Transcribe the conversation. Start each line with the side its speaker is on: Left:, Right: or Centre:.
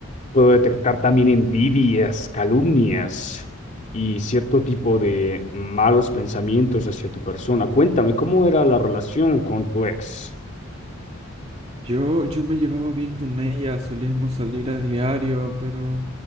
Left: puedo detectar también envidias, calumnias y cierto tipo de malos pensamientos hacia tu persona. Cuéntame, ¿cómo era la relación con tu ex?
Right: Yo, yo me llevaba bien con ella, solíamos salir a diario, pero